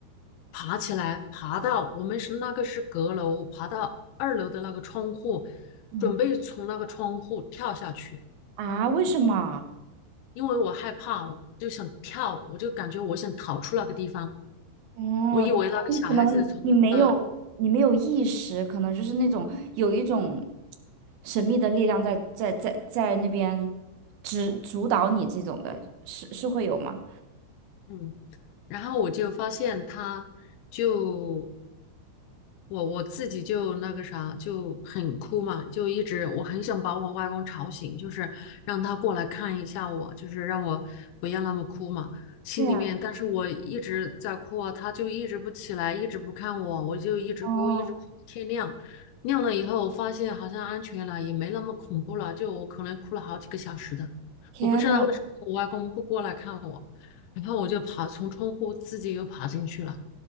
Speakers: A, on the left (about 80°); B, on the right (about 65°).
A: 爬起来，爬到我们是那个是阁楼，我爬到二楼的那个窗户，
B: 嗯，
A: 准备从那个窗户跳下去，
B: 啊？为什么？
A: 因为我害怕，我就想跳，我就感觉我想逃出那个地方。
B: 哦，
A: 我以为那哦个小孩子从那个
B: 你可能你没有你没有意识，可能就是那种有一种神秘的力量在在在在那边指主导你这种的，是是会有吗？
A: 嗯然后我就发现他就我我自己就那个啥就很哭嘛，就一直我很想把我外公吵醒，就是让他过来看一下我，就是让我不要那么哭嘛。心里面，
B: 对呀，
A: 但是我一直在哭啊，他就一直不起来，一直不看我，我就一直哭，
B: 哦，
A: 一直哭天亮。亮了以后，我发现好像安全了，也没那么恐怖了，就我可能哭了好几个小时的。
B: 天呐，
A: 我不知道为什么我外公不过来看我。然后我就爬从窗户自己又爬进去了，